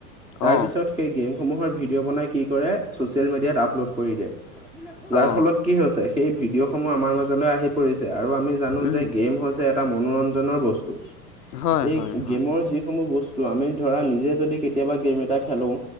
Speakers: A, in the centre; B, on the left (about 75°).
A: তাৰ
B: অ
A: পিছত সেই গেমসমূহৰ ভিডিঅ' বনাই কি কৰে চ'চিয়েল মিডিয়াত আপলোড কৰি দিয়ে যাৰ
B: অ
A: ফলত কি হৈছে সেই ভিডিঅ' সমূহ আমাৰ মাজলৈ আহি পৰিছে আৰু আমি জানো
B: উম
A: যে গেম হৈছে এটা মনোৰঞ্জন বস্তু
B: হয়
A: এই
B: হয় হয়
A: গেমৰ যি সমূহ বস্তু আমি ধৰা নিজে যদি কেতিয়াবা গেম এটা খেলো